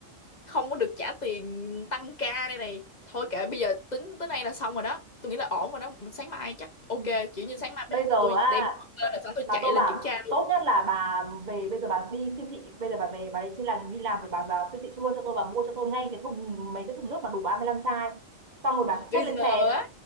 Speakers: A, on the left; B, on the right.
A: không có được trả tiền tăng ca đây này. Thôi kệ, bây giờ tính tới nay là xong rồi đó. Tôi nghĩ là ổn rồi đó. Mình sáng mai chắc ok,
B: Ừ.
A: kiểu như sáng mai
B: bây
A: mình
B: giờ
A: tôi
B: à
A: đem lên là sẵn tôi
B: mà
A: chạy
B: tôi
A: lên
B: bảo
A: kiểm tra luôn.
B: tốt nhất là bà về bây giờ bà đi siêu thị bây giờ bà về bà đi trên làng đi làm thì bà vào siêu thị luôn cho tôi bà mua cho tôi ngay cái thùng mấy cái thùng nước mà đủ 35 chai xong rồi bà
A: Bây
B: chất lên
A: giờ
B: xe
A: á.